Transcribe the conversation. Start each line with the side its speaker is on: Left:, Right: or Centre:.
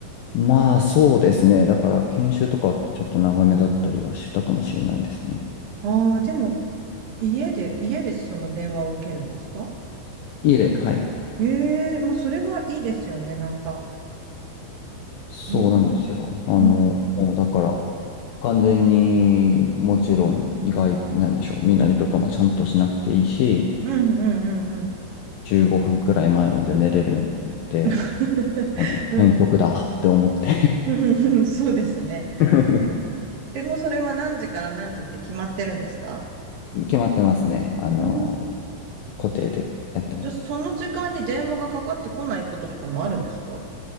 Left: まあ、そうですね。だから、研修とかちょっと長めだったりはしたかもしれないですね。
Right: ああ、でも、家で、家でその電話を受けるんですか
Left: いいえ、はい。
Right: ええまあ、それはいいですよね、なんか。
Left: そうなんですよ。
Right: うん。
Left: あの、
Right: うん、
Left: もうだから、完全にもちろん外、なんでしょう、身なりとかもちゃんとしなくていいし、
Right: うん、うん、うん、
Left: 15分くらい前まで寝れるんで、
Right: <laughs>
Left: あの、
Right: うん。
Left: 変則だって思って
Right: うん、<laughs> そうですね。
Left: <laughs>
Right: うん。え、もうそれは何時から何時って決まってるんですか
Left: 決まってますね。あの、
Right: うん。
Left: 固定でやってます。
Right: じゃあ、その時間に電話がかかってこないこととかもあるんですか